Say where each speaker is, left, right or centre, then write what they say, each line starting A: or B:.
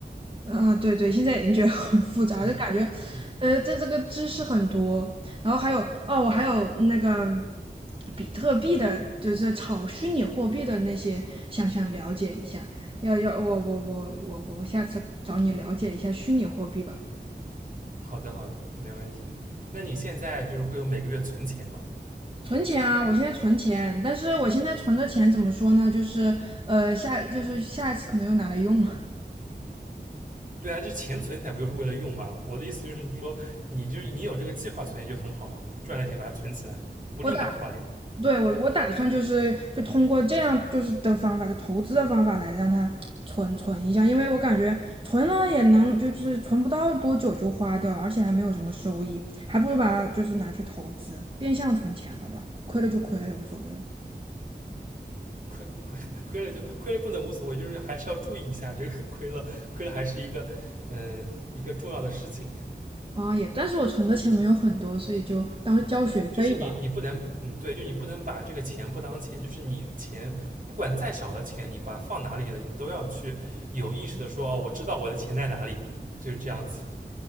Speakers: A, on the right; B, on the right.
A: 啊，对对，现在已经觉得很复杂，
B: 嗯
A: 就感觉，
B: 嗯，
A: 呃，这这个知识很多，然后还有哦，我还有那个比特币的，就是炒虚拟货币的那些，想想了解一下。要要，我我我我我下次找你了解一下虚拟货币吧。
B: 好的好的，没问题。那你现在就是会有每个月存钱吗？
A: 存钱啊，我现在存钱，但是我现在存的钱怎么说呢？就是呃下，就是下一次可能又拿来用了。
B: 对啊，这钱存起来不就是为了用吗？我的意思就是，你说你就是你有这个计划存钱就很好啊，赚了钱把它存起来，
A: <laughs>
B: 不立马花掉。
A: 我打。对我我打算就是就通过这样就是的方法，就投资的方法来让它存存一下，因为我感觉存了也能就是存不到多久就花掉了，而且还没有什么收益，还不如把它就是拿去投资，变相存钱了吧，亏了就亏了也无所谓了。
B: 亏亏亏了就亏了不能无所谓，就是还是要注意一下这个亏了亏了还是一个嗯、呃一个重要的事情，
A: 啊，也，但是我存的钱没有很多，所以就当交学费吧。
B: 就是你你不能嗯对，就你不能把这个钱不当钱，就是你钱不管再少的钱，你把它放哪里了，你都要去有意识的说哦，我知道我的钱在哪里，就是这样子，